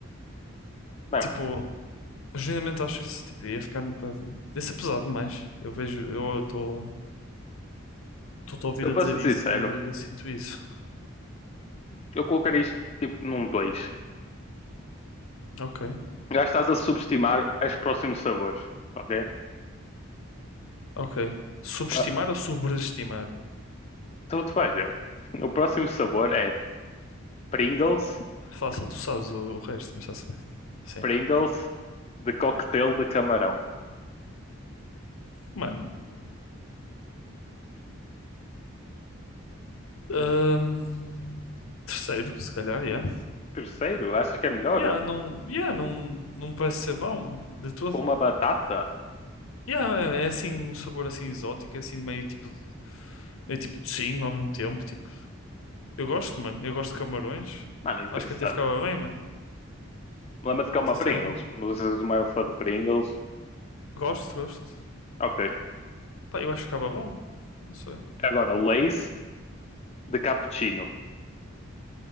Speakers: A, on the left; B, on the left.
A: Não,
B: Tipo, genuinamente acho isso. Tipo, ia ficar um bocado. Ia ser pesado demais. Eu vejo, eu estou a ouvir
A: eu
B: a
A: posso
B: dizer isso
A: ser sincero,
B: e eu sinto isso.
A: eu colocaria isto tipo num dois
B: Ok,
A: Já estás a subestimar os próximos sabores, ok?
B: ok. Subestimar
A: Ah,
B: ou sobreestimar?
A: Então tu vais ver. O próximo sabor é Pringles,
B: Bom, Fácil, tu sabes o, o resto, mas está-se bem. Sim.
A: Pringles de coquetel de camarão.
B: Mano, hum,
A: Hum.
B: terceiro, se calhar, yeah.
A: Terceiro, achas que é melhor?
B: Yeah, não, yeah, não, não me parece ser bom, mano, de todo.
A: Uma batata
B: Yeah, é é assim um sabor assim exótico, é assim meio tipo meio tipo de sim ao mesmo tempo, tipo. Eu gosto, mano. Eu gosto de camarões.
A: Mano, interessante.
B: Acho que até ficava bem, mano.
A: Lembra-te que é uma
B: Sinceramente.
A: Pringles. Não sei se és o maior fã de Pringles.
B: Gosto, gosto.
A: Ok.
B: Pá, eu acho que ficava bom. Não sei.
A: Agora, Lays de cappuccino.